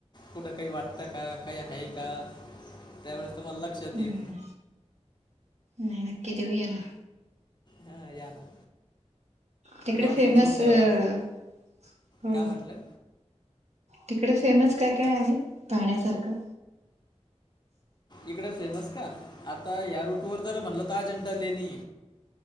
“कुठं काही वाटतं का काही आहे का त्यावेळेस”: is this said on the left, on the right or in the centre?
Left